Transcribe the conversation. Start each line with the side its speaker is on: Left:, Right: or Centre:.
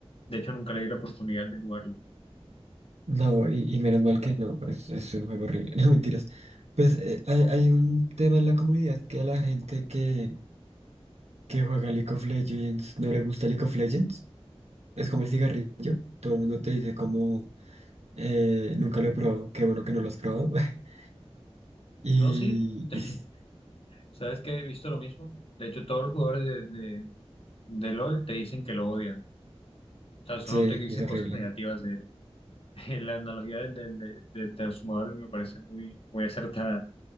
Left: de hecho nunca le di la oportunidad de jugarlo.
Right: No, y, y menos mal que no, es, es un juego horrible. <laughs> No, mentiras. Pues eh, hay, hay un tema en la comunidad que a la gente que, que juega League of Legends no le gusta League of Legends. Es como el cigarrillo. Todo el mundo te dice como eh, nunca lo he probado, qué bueno que no lo has probado. <laughs> Y,
Left: No, sí, <laughs>
Right: y s-
Left: sabes que he visto lo mismo, de hecho todos los jugadores de, de, de LOL te dicen que lo odian, o sea, solo
Right: sí,
Left: te dicen
Right: es horrible.
Left: cosas negativas de él. <laughs> La analogía del, del, del- del transfumador me parece muy, muy acertada.